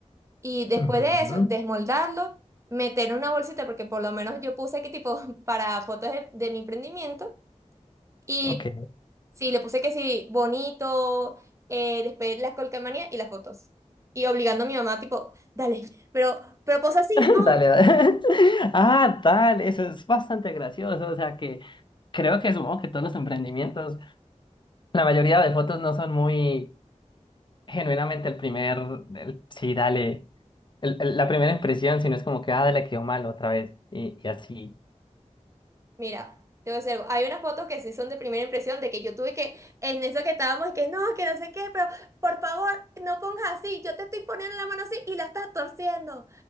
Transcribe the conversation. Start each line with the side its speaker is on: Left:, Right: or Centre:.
Right: Y después
Left: ujú,
Right: de eso, desmoldarlo, meter en una bolsita, porque por lo menos yo puse que tipo <laughs> para fotos de, de mi emprendimiento. Y
Left: Ok.
Right: sí, le puse que sí, bonito, eh, después las colcamanías y las fotos. Y obligando a mi mamá, tipo, dale, pero, pero posa así, no.
Left: <laughs> Dale, dale. <laughs> Ah, dale, eso es bastante gracioso. O sea que creo que supongo que todos los emprendimientos, la mayoría de fotos no son muy genuinamente el primer, el- sí, dale, el- el- la primera impresión, sino es como que, ah, le quedó mal otra vez. Y, y así.
Right: Mira, te voy a decir algo. Hay unas fotos que sí son de primera impresión de que yo tuve que, en eso que estábamos, y que no, que no sé qué, pero por favor, no pongas así. Yo te estoy poniendo la mano así y la estás torciendo.